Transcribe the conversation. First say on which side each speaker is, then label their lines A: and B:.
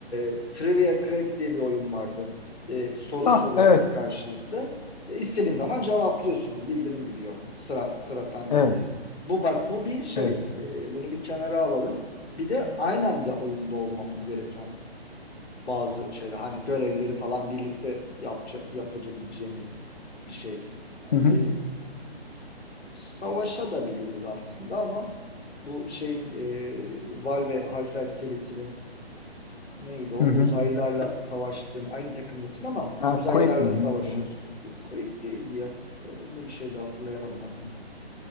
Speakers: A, on the left (about 80°); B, on the left (about 40°).
A: e, Trivia Crack diye bir oyun vardı. E, soru
B: ah
A: soruyorlar
B: evet
A: karşılıklı. E, istediğin zaman cevaplıyorsun onu. Bildirim gidiyor. Sıra sıra sende
B: evet
A: diye. Bu bak bu bir şey.
B: evet.
A: E, bunu bir kenara alalım. Bir de aynen de oyunda olmamız gereken bazı şeyler. Hani görevleri falan birlikte yapça, yapabileceğimiz bir şey.
B: Hı hı
A: E, savaşa da biliriz aslında ama bu şeyin e, Valve Half-Life serisinin neydi o?
B: hı hı.
A: Uzaylılarla savaştığın aynı takımdasın ama
B: Ha,
A: uzaylılarla
B: Quake miydi
A: savaşıyorsun.
B: neydi? Evet.
A: Qu- Quake değildi ya. Bunu da bir şey de hatırlayamadım adını.